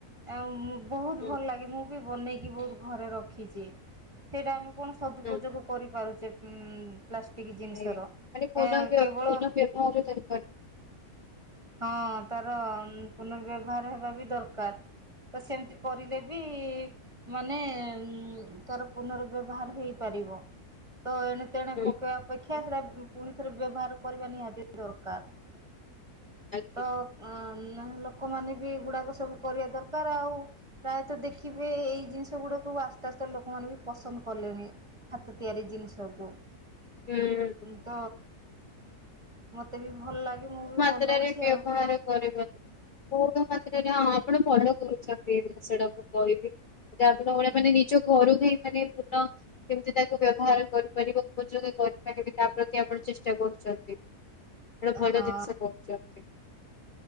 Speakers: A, on the right (about 20°); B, on the left (about 65°).
A: ଆଉ ମୁଁ ବହୁତ
B: ହୁଁ
A: ଭଲ ଲାଗେ ମୁଁ ବି ବନେଇକି ବହୁତ ଘରେ ରଖିଚି ସେଇଟା ଆମ କଣ ସବୁପଯୋଗ
B: ହୁଁ
A: କରିପାରୁଚେ ଉଁ ପ୍ଲାଷ୍ଟିକ୍ ଜିନିଷର
B: ଆଜ୍ଞା। ମାନେ ପୁନଃ
A: ଆଁ
B: ବ୍ୟ-
A: କେବଳ
B: ପୁନଃ ବ୍ୟବହାର କରିପାର
A: ହଁ ତାର ପୁନର୍ବ୍ୟବହାର ହେବା ବି ଦରକାର ତ ସେମିତି କରିଲେ ବି ମାନେ ଉଁ ତାର ପୁନର୍ବ୍ୟବହାର ହେଇପାରିବ। ତ ଏଣେ ତେଣେ
B: ହୁଁ
A: ପକେଇବା ଅପେକ୍ଷା ସେରା ପୁଣି ଥରେ ବ୍ୟବହାର କରିବା ନିହାତି ଦରକାର।
B: ଆଜ୍ଞା।
A: ତ ଅଁ ନହେଲେ ଲୋକମାନେ ବି ଏଗୁଡ଼ାକ ସବୁ କରିବା ଦରକାର ଆଉ ପ୍ରାୟତଃ ଦେଖିବେ ଏଇ ଜିନିଷ ଗୁଡ଼ା କ ଆସ୍ତେ ଆସ୍ତେ ଲୋକମାନେ ବି ପସନ୍ଦ କଲେଣି ହାତ ତିଆରି ଜିନିଷକୁ
B: ହୁଁ
A: ତ ମତେ ବି ଭଲ ଲାଗେ ମୁଁ ବି ବନଉଛି
B: ଯାତ୍ରରେ ବ୍ୟବହାର
A: ଆଉ
B: କରିବାରୁ ବହୁତ ମାତ୍ରରେ ହଁ ଆପଣ ଭଲ କରୁଛନ୍ତି ସେଇଟା ମୁଁ କହିବି। ସେଟା ଆପଣ ଭଳିଆ
A: ହଁ।
B: ମାନେ ନିଜ ଘରକୁ ମାନେ ପୁନଃ କେମତି ତାକୁ ବ୍ୟବହାର କରିପାରିବ ଉପଯୋଗ କରିପାରିବେ ତା ପ୍ରତି ଆପଣ ଚେଷ୍ଟା କ କରୁଛନ୍ତି ଗୋଟେ ଭଲ
A: ହଁ
B: ଜିନିଷ କରୁଛନ୍ତି।